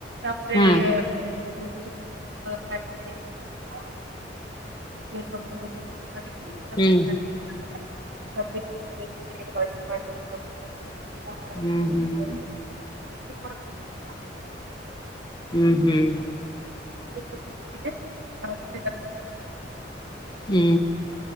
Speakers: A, on the right; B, on the left.
A: ତାପରେ
B: ହୁଁ
A: ଏ ଉମ୍ <unintelligible> ଏ ସବୁ କରିକି ତାକୁ
B: ହୁଁ।
A: କାଟିଲା <unintelligible> ପାଣିରେ
B: ହୁଁ ହୁଁ। ହୁଁ ହୁଁ।
A: <unintelligible> ତପରେ ତାକୁ
B: ହୁଁ।